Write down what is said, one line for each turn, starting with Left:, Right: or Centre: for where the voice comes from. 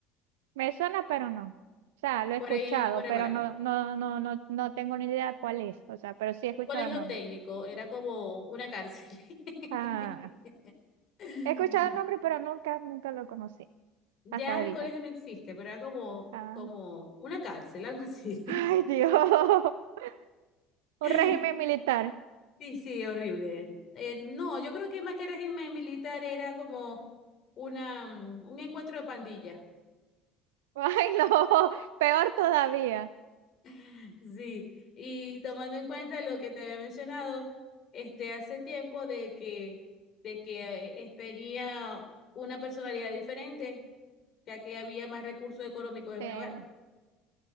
Right: Me suena, pero no. O sea, lo he
Left: por
Right: escuchado,
Left: ahí, por
Right: pero
Left: el Baral.
Right: no, no, no, no, no tengo ni idea cuál es. O sea, pero sí he escuchado
Left: Un colegio
Right: el nombre.
Left: técnico, era como una cárcel. <laughs>
Right: Ah,
Left: <laughs>
Right: he escuchado el nombre, pero nunca, nunca lo conocí.
Left: Ya
Right: Hasta ahorita.
Left: el colegio no existe, pero era como,
Right: Ah.
Left: como una cárcel, algo así.
Right: Ay, Dios. <laughs> Un
Left: <laughs>
Right: régimen militar.
Left: Sí, sí, horrible. Eh, no, yo creo que más que régimen militar era como una, mm, un encuentro de pandillas.
Right: <laughs> Ay, no. Peor todavía.
Left: <laughs> Sí, y tomando en cuenta lo que te había mencionado, este, hace tiempo de que, de que eh, eh, tenía una personalidad diferente, ya que había más recursos económicos en
Right: Eh,
Left: mi hogar.